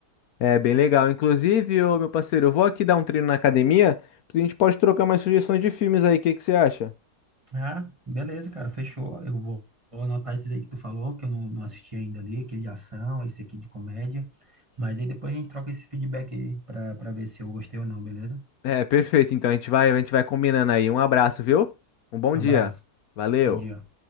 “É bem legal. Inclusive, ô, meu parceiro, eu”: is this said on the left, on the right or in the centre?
Left